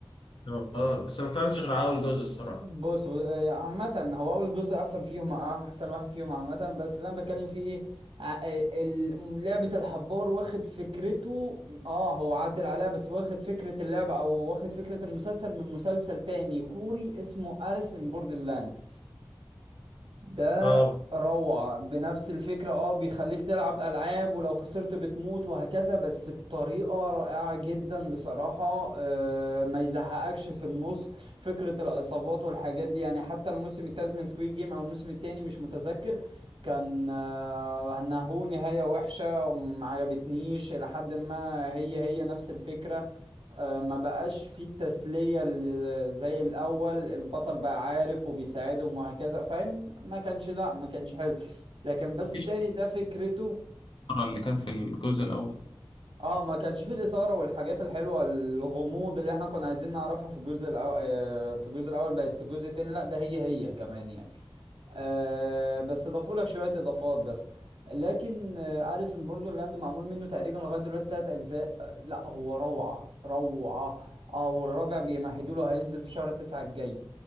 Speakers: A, on the left (about 70°); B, on the right (about 80°).
A: اه آه، بس ما اتفرجتش غير على اول جزء الصراحه
B: بص ب- آه، عامة هو اول جزء احسن فيهم آه، احسن واحد فيهم عامة بس اللي انا بتكلم فيه ايه ع- آه، ال- لعبة الحبار واخد فكرته اه هو عدل عليها بس واخد فكرة اللعبة او واخد فكرة المسلسل من مسلسل تاني كوري اسمه اريس ان بوردرلاند ده
A: اه
B: روعة بنفس الفكرة اه بيخليك تلعب ألعاب ولو خسرت بتموت وهكذا بس بطريقة رائعة جدا بصراحة آه، ما يزهقكش في النص فكرة الإصابات والحاجات دي يعني حتى الموسم الثالث من سكويد جيم أو الموسم الثاني مش متذكر كان آه، انه نهاية وحشة ما عجبتنيش إلى حد ما هي هي نفس الفكرة آه، ما بقاش فيه التسلية ال- زي الأول البطل بقى عارف وبيساعدهم وهكذا فاهم ما كانش لا ما كانش حلو لكن بس
A: مفيش
B: التاني ده فكرته
A: اللي كان في الجزء الاول
B: اه ما كانش فيه الإثارة والحاجات الحلوة الغموض اللي احنا كنا عايزين نعرفها في الجزء الأول في الجزء الأول بقت في الجزء التاني لا ده هي هي كمان يعني آه بس اضافوا لك شويه اضافات بس لكن آه اريس ان بوردرلاند معمول منه تقريبا لغايه دلوقتي تلات اجزاء آه لا هو روعه روعه اه والرابع بيمهدوا له هينزل في شهر تسعة الجاي